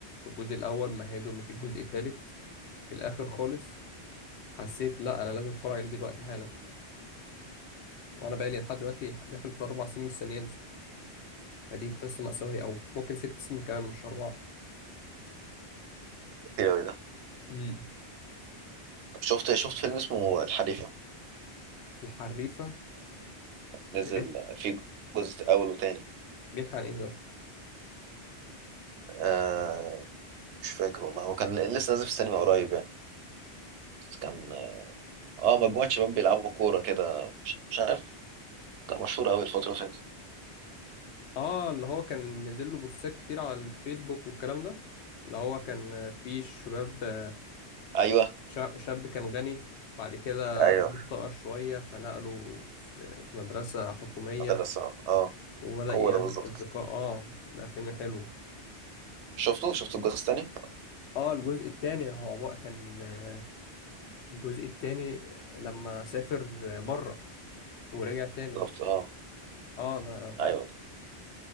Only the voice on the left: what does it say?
الجزء الاول مهدوا ان في جزء ثالث في الاخر خالص حسيت لا انا لازم اتفرج عليه دلوقتي حالا وانا بقى لي لحد دلوقتي داخل في الاربع سنين مستني ينزل فدي قصه مأساويه او ممكن ست سنين كمان مش اربعه
امم
الحريفة
ده بيحكي,
بيحكي عن ايه ده
اه اللي هو كان نزل له بوستات كتير على الفيسبوك والكلام ده اللي هو كان آه، في شباب آه،
شا- شاب كان غني بعد كده
أبوه افتقر شوية فنقله في في مدرسة حكومية
وبدأ
يعمل
أصدقاء اه ده فيلم حلو
اه الجزء التاني هو بقى كان آه، الجزء التاني لما سافر بره ورجع تاني
اه ده